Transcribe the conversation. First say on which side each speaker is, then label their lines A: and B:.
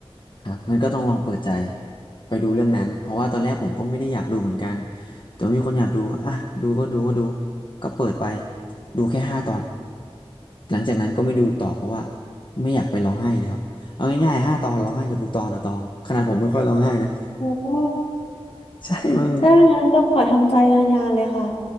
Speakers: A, on the left (about 50°); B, on the left (about 70°).
A: ครับมันก็ต้องลองเปิดใจไปดูเรื่องนั้นเพราะว่าตอนแรกผมก็ไม่ได้อยากดูเหมือนกันแต่ว่ามีคนอยากดูก็อ่ะดูก็ดูก็ดูก็เปิดไปดูแค่ห้าตอนหลังจากนั้นก็ไม่ดูต่อเพราะว่าไม่อยากไปร้องไห้แล้วเอาง่ายๆห้าตอนร้องไห้เกับทุกตอนนะตองขนาดผมไม่ค่อยร้องไห้นะ
B: โอ้
A: <laughs> ใช่มัน
B: ได้งั้นต้องขอทำใจนานๆเลยค่ะ